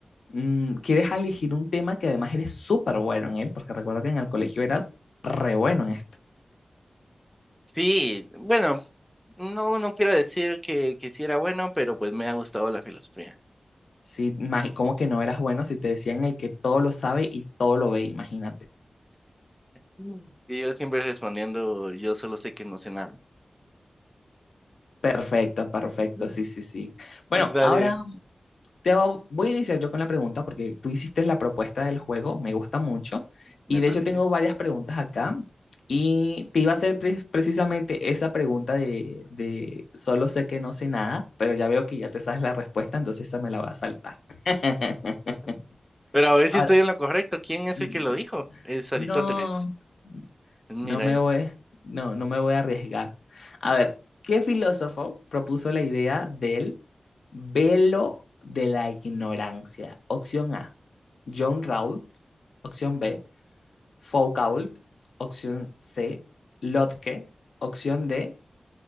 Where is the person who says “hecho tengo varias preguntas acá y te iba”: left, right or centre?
Left